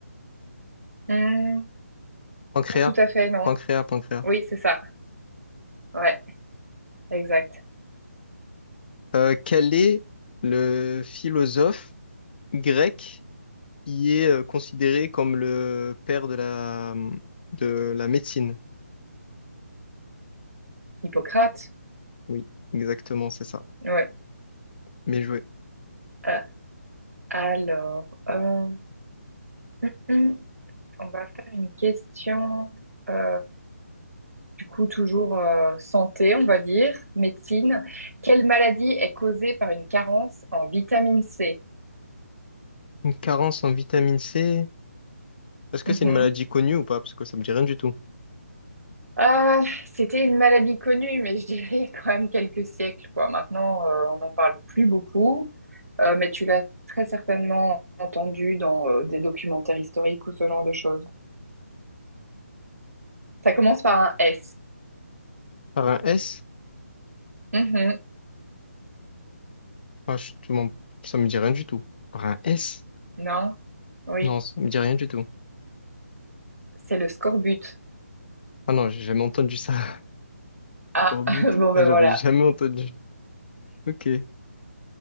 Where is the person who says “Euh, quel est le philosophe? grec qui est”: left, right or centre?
Left